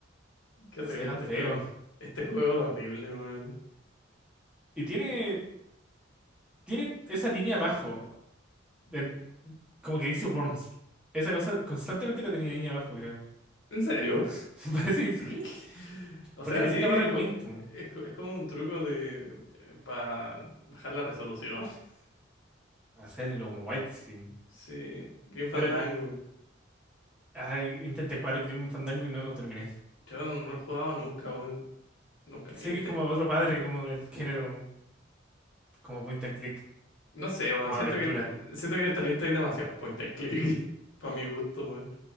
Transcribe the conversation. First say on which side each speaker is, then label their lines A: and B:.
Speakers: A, on the left; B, in the centre.
A: Qué horrible
B: sea tan
A: este
B: feo.
A: juego. Este juego es horrible, weón.
B: Y tiene, tiene esa línea abajo, del- como que dice Worms. Esa cosa constantemente la tenía ahí abajo, creo.
A: ¿En serio?
B: <laughs> Parece que sí,
A: <laughs> ¿Qué? O
B: porque
A: sea,
B: tenía
A: sí,
B: la barra de
A: co-
B: Wind,
A: eh,
B: po.
A: es, co- es como un truco de para bajar la resolución. <laughs>
B: hacerlo como widescreen.
A: Sí, Green Fandango.
B: Pero el- ay, intenté jugar Grim Fandango y no lo terminé.
A: Yo no, no lo he jugado nunca, weón. Nunca.
B: Sé
A: Y este,
B: que es como otro padre, como del género, como point and click,
A: No sé, weón.
B: como
A: Siento
B: aventura.
A: que, eh, siento que en esta lista hay demasiados point and click. <laughs> Para mi gusto, weón.